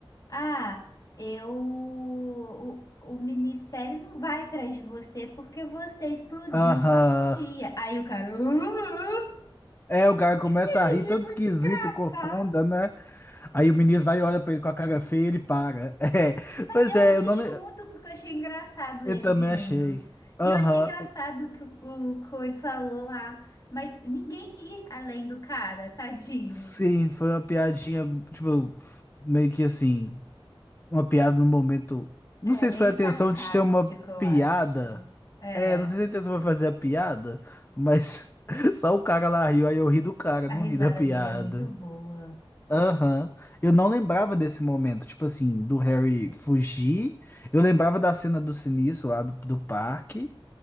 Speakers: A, on the left (about 40°); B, on the left (about 25°).
A: Ah, eu. O, o ministério não vai atrás de você porque você explodiu
B: Aham.
A: sua tia. Aí o cara. "Ah, ah",
B: É, o cara começa
A: Ele
B: a rir todo
A: ri muito
B: esquisito,
A: engraçado.
B: corcunda, né? Aí o ministro vai e olha pra ele com a cara feia e ele para. <laughs> É.
A: Mas
B: Pois
A: eu
B: é,
A: ri
B: eu, não, le-
A: junto porque eu achei engraçado ele
B: eu também
A: rindo.
B: achei. Aham.
A: E eu achei engraçado que o, o Coisa falou lá. Mas ninguém ri além do cara, tadinho.
B: Sim, foi uma piadinha, tipo, meio que assim. uma piada no momento. Não
A: É
B: sei
A: meio
B: se foi a intenção
A: sarcástico,
B: de ser uma
A: eu
B: piada.
A: acho. É,
B: É, não sei se a intenção foi fazer a piada, mas <laughs> só o cara lá riu, aí eu ri do cara,
A: a
B: não
A: risada
B: ri da piada.
A: dele é muito boa.
B: Aham. Eu não lembrava desse momento, tipo assim, do Harry fugir. Eu lembrava da cena do Sinistro lá do, do parque,